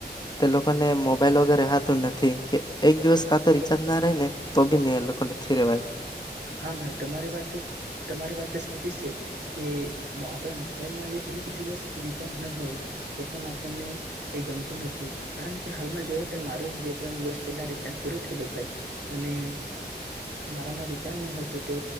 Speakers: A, on the left; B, on the right.
A: તે લોકોને મોબાઈલ વગેરે રેહા તું નથી કે એક દિવસ કાં તો રિચાર્જ ના રાય ને તો બી ને એ લોકોને થી રવાય
B: હા ભાઈ તમારી વાત તમારી વાત તો સાચી છે કે આપણા મોબાઈલમાં જે એક દિવસ રિચાર્જ ના હોય તો પણ આપણને એ ગમતું નથી કારણ કે હાલમાં જોઈએ તો માર જ બે ત્રણ દિવસ પહેલા રિચાર્જ પૂરું થયેલું ભાઈ અને મારામાં રીચાજ નહીત તો